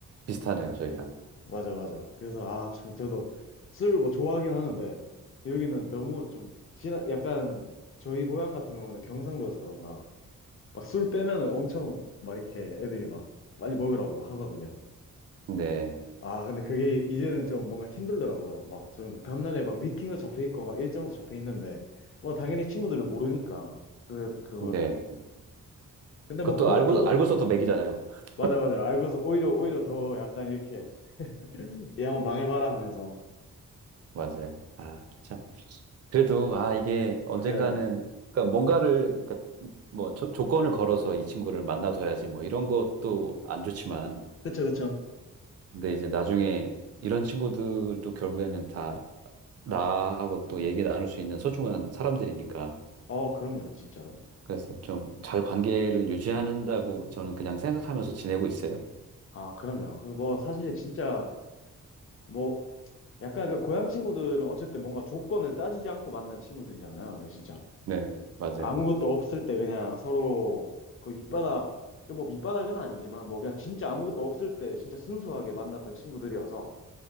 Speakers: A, on the right (about 50°); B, on the left (about 40°).
A: 비슷하네요, 저희랑.
B: 맞아 맞아 그래서 아 참 저도 술 뭐 좋아하긴 하는데 여기는 너무 좀 지나 약간 저희 고향 같은 경우는 경상도여서 그런가 막 술 빼면은 엄청 막 이렇게 애들이 막 빨리 먹으라고 하거든요
A: 네,
B: 아 근데 그게 이제는 좀 뭔가 힘들더라고요 막 저는 막 다음날에 막 미팅도 잡혀 있고 막 일정도 잡혀 있는데 뭐 당연히 친구들을 모르니까 그 그거를
A: 네.
B: 근데
A: 그것도
B: 뭐 그것도
A: 알고, 알고서도 맥이잖아요. <laughs>
B: 맞아 맞아 알고서 오히려 오히려 더 약간 이렇게 얘 한번 망해봐라 하면서
A: 맞아요. 아, 참. 그래도 아 이게 언젠가는
B: 네네
A: 그러니까 뭔가를 그러니까 뭐 조, 조건을 걸어서 이 친구를 만나둬야지 뭐 이런 것도 안 좋지만
B: 그쵸 그쵸
A: 근데 이제 나중에 이런 친구들도 결국에는 다 나하고 또 얘기 나눌 수 있는 소중한 사람들이니까
B: 어 그럼요 진짜로
A: 그래서 좀 잘 관계를 유지한다고 저는 그냥 생각하면서 지내고 있어요.
B: 아 그럼요 그 뭐 사실 진짜 뭐 약간 그 고향 친구들은 어쨌든 뭔가 조건을 따지지 않고 만난 친구들이잖아요 그러니까 진짜
A: 네, 맞아요.
B: 아무것도 없을 때 그냥 서로 그 밑바닥 그 뭐 밑바닥은 아니지만 뭐 그냥 진짜 아무것도 없을 때 진짜 순수하게 만났던 친구들이어서